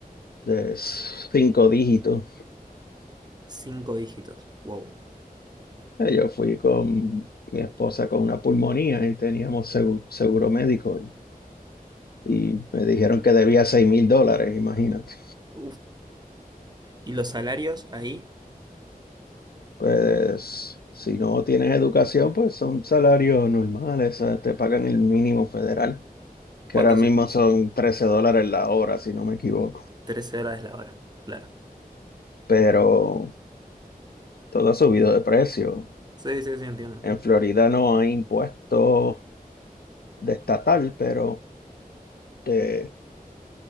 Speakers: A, on the left; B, on the right.
A: de cinco dígitos.
B: cinco dígitos. Wow.
A: Eh, Yo fui con mi esposa con una pulmonía y teníamos segu- seguro médico y me dijeron que debía seis mil dólares, imagínate.
B: Uf. ¿Y los salarios ahí?
A: Pues si no tienes educación, pues son salarios normales, eh, te pagan el mínimo federal, que
B: ¿Cuánto
A: ahora mismo
B: son?
A: son 13 dólares la hora, si no me equivoco.
B: 13 dólares la hora. Claro.
A: Pero todo ha subido de precio.
B: Sí, sí, sí, entiendo, entiendo.
A: En Florida no hay impuestos de estatal, pero... de